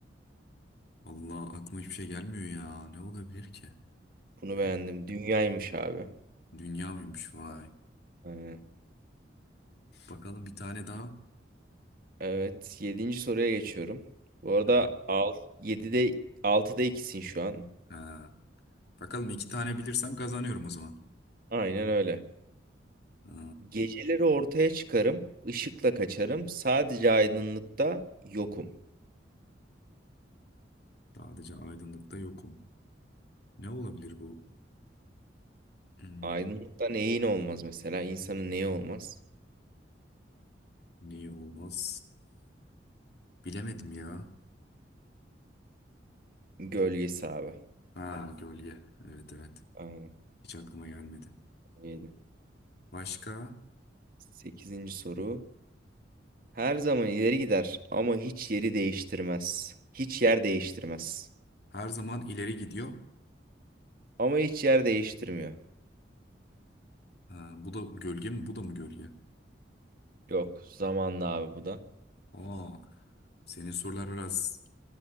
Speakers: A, on the left; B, on the right.
A: Allah aklıma hiçbir şey gelmiyor ya. Ne olabilir ki?
B: Bunu
A: Bir
B: beğendim. Dünyaymış abi.
A: dünya mıymış vay.
B: Aynen.
A: Bakalım bir tane daha.
B: Evet. Yedinci soruya geçiyorum. Bu arada
A: Ha,
B: al, 7'de altıda ikisin şu an.
A: ha. Bakalım iki tane bilirsem kazanıyorum o zaman.
B: Aynen öyle.
A: Ha,
B: Geceleri ortaya çıkarım, ışıkla kaçarım. Sadece aydınlıkta yokum.
A: sadece aydınlıkta yokum. Ne olabilir bu? Hmm,
B: Aydınlıkta neyin olmaz mesela? İnsanın neyi olmaz?
A: niye olmaz? Bilemedim ya.
B: Gölgesi abi.
A: Ha gölge. Evet evet.
B: Aynen.
A: Hiç aklıma gelmedi.
B: yedi.
A: Başka?
B: Sekizinci soru. Her zaman ileri gider ama hiç yeri değiştirmez. Hiç yer değiştirmez.
A: Her zaman ileri gidiyor.
B: Ama hiç yer değiştirmiyor.
A: Ha, bu da gölge mi? Bu da mı gölge?
B: Yok, zamanla abi bu da.
A: Aa, senin sorular biraz...